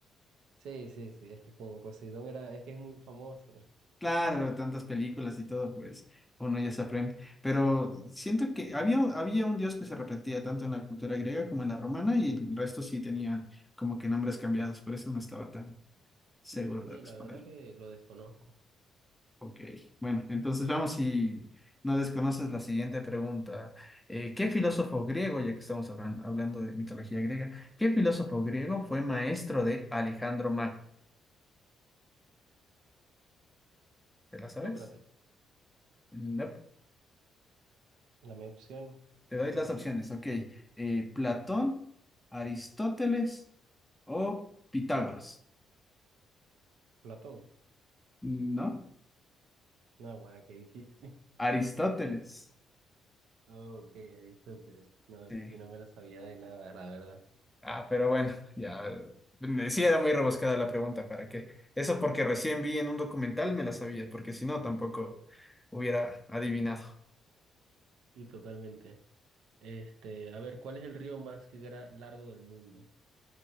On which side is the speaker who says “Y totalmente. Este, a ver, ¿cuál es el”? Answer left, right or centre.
Right